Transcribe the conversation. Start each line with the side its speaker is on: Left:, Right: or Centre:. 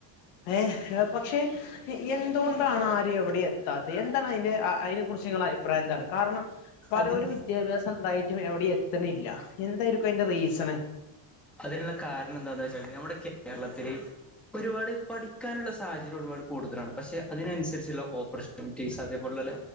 Left: ഏ പക്ഷെ എന്തുകൊണ്ടാണ് ആരും എവിടെ എത്താത്തെ എന്താണ് അയിന്റെ അയി കുറിച്ച് ഇങ്ങളുടെ അഭിപ്രായം എന്താണ് കാരണം പലോരും
Centre: അതിന്
Left: വിദ്യാഭ്യാസം ഇണ്ടായിട്ടും എവിടേം എത്തണില്ല എന്തായിരിക്കും അയിന്റെ റീസൺ
Centre: അതിനുള്ള കാരണം എന്താന്ന് വെച്ചാലോ നമ്മുടെ കേരളത്തിൽ ഒരുപാട് പഠിക്കാനുള്ള സാഹചര്യം ഒരുപാട് കൂടുതലാണ് പക്ഷെ അതിനനുസരിച്ചുള്ള ഓപ്പർച്യൂണിറ്റിസ് അതേ പോലുള്ള